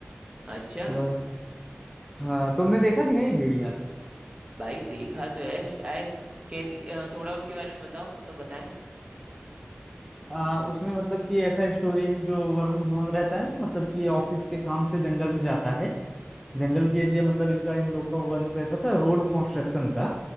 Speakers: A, on the right; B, in the centre.
A: अच्छा
B: थोड़ा हाँ तुमने देखा कि नहीं भेड़िया
A: भाई देखा तो है शायद कैसी अ, थोड़ा उसके बारे में बताओ तो बताएं
B: आ, उसमें मतलब कि ऐसा स्टोरी है जो वरुण धवन रहता है ना मतलब कि ऑफिस के काम से जंगल में जाता है जंगल
A: हम्म
B: के एरिया मतलब इनका इन लोग का वर्क रहता था रोड कंस्ट्रक्शन का